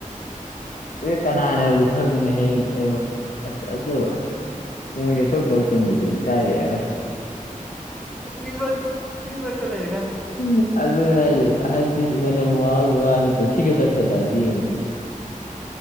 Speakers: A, on the left (about 75°); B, in the centre.
A: ꯑꯦ ꯀꯅꯥꯅꯦ ꯍꯧꯖꯤꯛ ꯈꯪꯉꯤꯅꯦ ꯍꯌꯦꯡ ꯑꯁ ꯑꯗꯣ ꯃꯣꯏꯒꯤ ꯊꯣꯛ ꯇ ꯇꯟꯁꯤꯗ ꯏꯀꯥꯏꯔꯛꯑꯦ
B: ꯃꯤꯃ ꯃꯤ ꯆ ꯂꯩꯦ <unintelligible>
A: ꯎ ꯑꯗꯨꯅꯦ ꯍꯥꯏꯕꯗꯤ ꯃꯅꯝ ꯃꯥꯃꯥꯒꯤ ꯋꯥ ꯅꯠꯇ꯭ꯔꯣ ꯁꯤꯒ ꯆꯠꯁ ꯆꯠꯂꯗꯤ ꯎꯟꯅꯦ